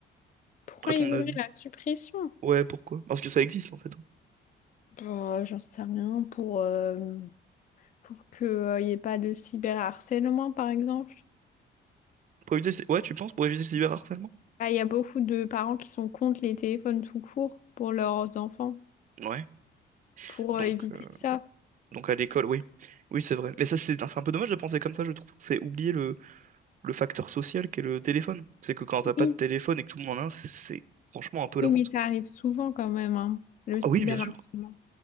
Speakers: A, on the left; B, on the right.
A: Pourquoi
B: à ton
A: il voudrait
B: avis?
A: la suppression?
B: Ouais, pourquoi? Parce que ça existe, en fait.
A: Bah, j'en sais rien, pour, euh, pour qu'il n'y ait pas de cyberharcèlement, par exemple.
B: Pour éviter... le cy- Ouais, tu penses, pour éviter le cyberharcèlement?
A: Ah, il y a beaucoup de parents qui sont contre les téléphones tout court pour leurs enfants,
B: Ouais.
A: pour
B: Donc,
A: euh, éviter
B: euh,
A: ça.
B: donc à l'école, oui. Oui, c'est vrai. Mais ça, c'est c'est un peu dommage de penser comme ça, je trouve. C'est oublier le, le facteur social qu'est le téléphone. C'est que quand t'as pas
A: Oui,
B: de téléphone et que tout le monde en a un, c'est franchement un peu la
A: oui,
B: honte.
A: mais ça arrive souvent quand même, hein, le
B: Ah
A: cyberharcèlement.
B: oui, bien sûr.